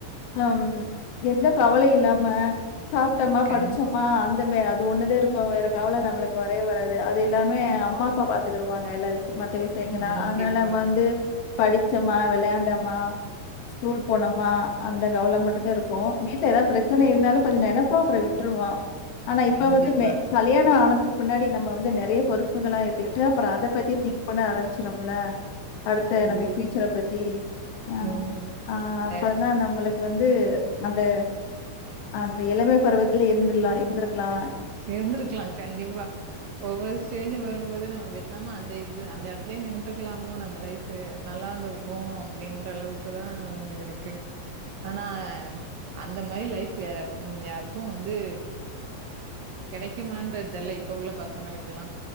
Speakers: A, on the left; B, on the right.
A: ஆம் எந்த கவலை இல்லாம சாப்ட்டம்மா
B: கண்
A: படிச்சமா அந்த மே இது ஒண்ணுதே இருக்கு வேற காவல நம்மளுக்கு வரவே வராது அது எல்லாமே அம்மா அப்பா பாத்துக்குருவாங்க எல்லா விஷ்யத் மத்த விசயங்களா
B: கண்டிப்பா,
A: அதனால வ வந்து படிச்சமா விளையாண்டமா ஸ்கூல் போனோமா அந்த கவல மட்டுதா இருக்கு வீட்டுல ஏதாவது பிரச்சன இருந்தாலு கொஞ்சோ நெனைப்போ அப்புறோ விட்டுருவோ ஆனா இப்ப
B: கண்டிப்பா.
A: வந்து மே கல்யாண ஆணத்துக் முன்னாடி நம்ம வந்து நெறைய பொறுப்புகளா ஏத்துக்கிட்டு அப்புறோ அத பத்தி திங்க் பண்ண ஆரம்பச்சிரோம்ல அடுத்த
B: ஐயோ!
A: நம்ம ஃபியூச்சர பத்தி ஆ
B: ம்.
A: ஆ
B: அ
A: அப்பதா நம்மளுக்கு வந்து அந்த அந்த இளம பருவத்துல இருந்துரலா இருந்திருக்கலா
B: இருந்திருக்கலா கண்டிப்பா ஒவ்வொரு ஸ்டேஜு வரும்போது நம்ம சாம அந்த இது அந்த இடத்லயே நின்றுக்கலாமோ நம்ப லைஃப்பு நல்லாந்துருக்கு அப்படின்ற அளவுக்குதா இருக்கு ஆனா அந்த மாரி லைஃப் வேற யாருக்கு வந்து கிடைக்குமான்டு தெரில இப்ப உள்ள பசங்களுக்கெல்லா